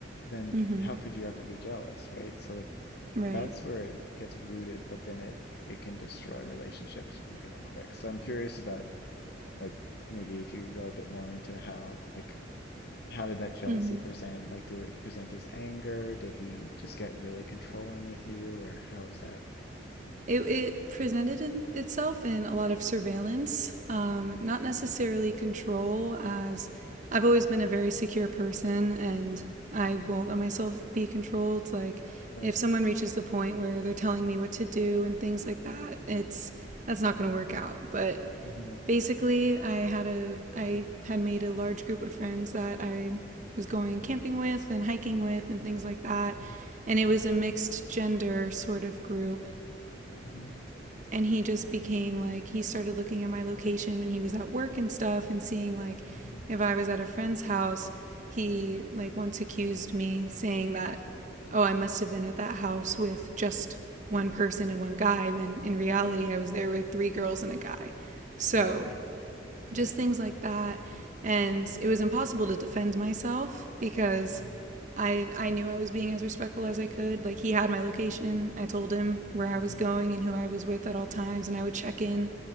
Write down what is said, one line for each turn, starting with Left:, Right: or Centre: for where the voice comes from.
Left: then
Right: Mm-hmm.
Left: how could you ever be jealous, right? So like
Right: Right.
Left: that's where it gets rooted, but then it it can destroy relationships real quick. So I'm curious about like maybe if you could go a bit more into how like how did that jealousy
Right: Mm-hmm.
Left: present? Like did it present as anger? Did he just get really controlling with you or how was that?
Right: It, it presented itself in a lot of surveillance, um, not necessarily control, as I've always been a very secure person and I won't let myself be controlled. Like,
Left: Right.
Right: if someone reaches the point where they're telling me what to do and things like that, it's that's not going to work out. But
Left: Mm-hmm.
Right: basically, I had a I had made a large group of friends that I was going camping with and hiking with and things like that.
Left: Mm-hmm.
Right: And it was
Left: Right.
Right: a mixed gender sort of group
Left: Mm-hmm.
Right: and he just became like he started looking at my location when he was at work and stuff and seeing like
Left: Mm-hmm.
Right: if I was at a friend's house, he like once accused me saying that oh, I must have been at that house with just one person and one guy when in reality
Left: Yeah.
Right: I was there with three girls and a guy. So,
Left: Right.
Right: just
Left: Right.
Right: things like that and it was impossible to defend myself because
Left: Mm,
Right: I I knew I was being as respectful as I could. Like he had my location. I told him where I
Left: mhm.
Right: was going and who I was with at all times and I would check in